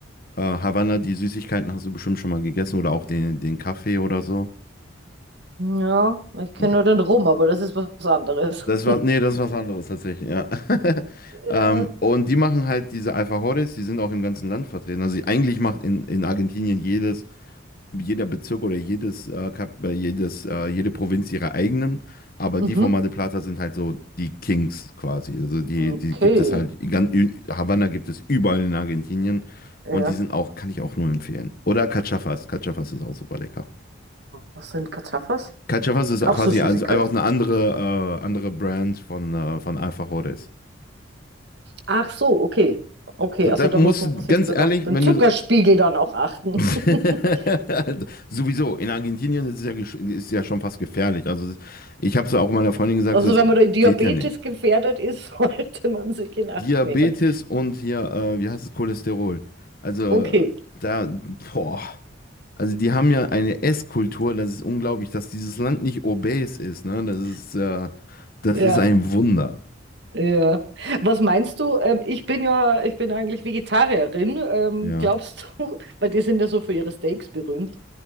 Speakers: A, on the left (about 45°); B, on the right (about 55°).
A: Äh, Havanna, die Süßigkeiten hast du bestimmt schon mal gegessen oder auch den, den Kaffee oder so.
B: Ja, ich kenne
A: Hm.
B: nur den Rum, aber das ist was anderes.
A: Das war,
B: <laughs>
A: nee, das ist was anderes tatsächlich, ja. <laughs>
B: Ja.
A: Ähm, und die machen halt diese Alfajores, die sind auch im ganzen Land vertreten. Also eigentlich macht in, in Argentinien jedes jeder Bezirk oder jedes, äh, Kap äh, jedes, äh, jede Provinz ihre eigenen, aber
B: Mhm.
A: die von Mar del Plata sind halt so die Kings quasi. Also die,
B: Okay.
A: die gibt es halt, gan- Ü- Havanna gibt es überall in Argentinien
B: Ja.
A: und die sind auch, kann ich auch nur empfehlen. Oder Cachafas, Cachafas ist auch super lecker.
B: Was sind Cachafas?
A: Cachafas ist
B: Auch
A: quasi
B: so Süßigkeiten.
A: also einfach eine andere, äh, andere Brand von, äh, von Alfajores.
B: Ach so, okay. Okay,
A: Dann
B: also da muss
A: musst
B: man
A: du,
B: sich
A: ganz
B: dann
A: ehrlich,
B: auch den
A: wenn
B: Zuckerspiegel
A: du
B: dann auch achten.
A: <laughs>
B: <laughs>
A: Sowieso, in Argentinien ist es ja, gesch- ist ja schon fast gefährlich. Also ich habe es auch meiner Freundin gesagt,
B: Also
A: so, das
B: wenn man da Diabetes
A: geht ja nicht.
B: gefährdet ist, <laughs> sollte man sich in Acht
A: Diabetes
B: nehmen.
A: und hier, äh, wie heißt es, Cholesterol. Also
B: Okay.
A: da, boah. Also die haben ja eine Esskultur, das ist unglaublich, dass dieses Land nicht obes ist, ne? Das ist,
B: <laughs>
A: äh,
B: Äh,
A: das
B: ja,
A: ist ein Wunder.
B: ja. Was meinst du? Ähm, ich bin ja, ich bin eigentlich Vegetarierin. Ähm,
A: Ja.
B: glaubst du, <laughs> weil die sind ja so für ihre Steaks berühmt